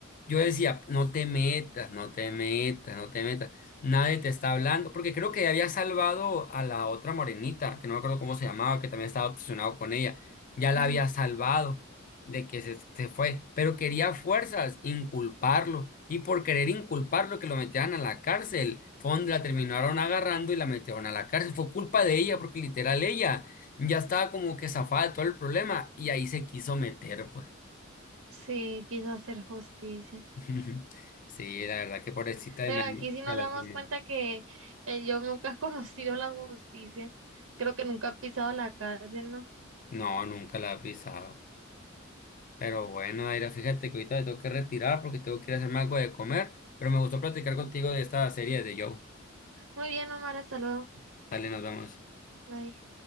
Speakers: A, on the left (about 40°); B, on the right (about 75°).
A: yo decía, no te metas, no te metas, no te metas, nadie te está hablando, porque creo que había salvado a la otra morenita, que no me acuerdo cómo se llamaba, que también estaba obsesionado con ella, ya la
B: Ujú.
A: había salvado de que se, se fue, pero quería a fuerzas inculparlo y por querer inculparlo que lo metieran a la cárcel, fue donde la terminaron agarrando y la metieron a la cárcel, fue culpa de ella porque literal ella. Ya estaba como que zafada de todo el problema y ahí se quiso meter, pues.
B: Sí, quiso hacer justicia.
A: <laughs> Sí, la verdad que pobrecita de
B: Pero
A: Manu-
B: aquí sí nos
A: me la
B: damos
A: tiene.
B: cuenta que el Job nunca ha <laughs> conocido la justicia. Creo que nunca ha pisado la cárcel, ¿no?
A: No, nunca la he pisado. Pero bueno, Aira, fíjate que ahorita me tengo que retirar porque tengo que ir a hacerme algo de comer. Pero me gustó platicar contigo de esta serie de Joe.
B: Muy bien, Omar, hasta luego.
A: Dale, nos vemos.
B: Bye.